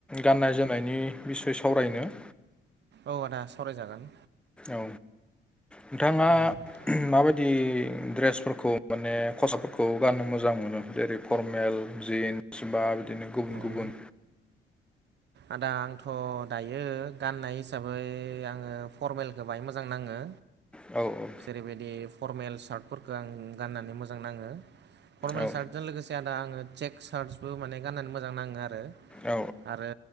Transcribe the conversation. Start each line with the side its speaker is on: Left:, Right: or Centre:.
Centre: गाननाय जोमनायनि बिसय सावरायनो
Right: औ आदा सावरायजागोन
Centre: औ नोंथाङा
Right: औ
Centre: माबायदि ड्रेसफोरखौ माने खसाबफोरखौ गाननो मोजां मोनो जेरै फरमेल जिन्स बा बिदिनो गुबुन
Right: औ
Centre: गुबुन
Right: आदा आंथ' दायो गाननाय हिसाबै आङो फरमेलखौ बाहाय मोजां नाङो
Centre: औ औ
Right: जेरैबायदि फरमेल सार्टफोरखौ आं गाननानै मोजां नाङो फरमेल
Centre: औ
Right: सार्टजों लोगोसे आदा आङो चेक सार्टसबो माने गाननानै मोजां नाङो आरो
Centre: औ
Right: आरो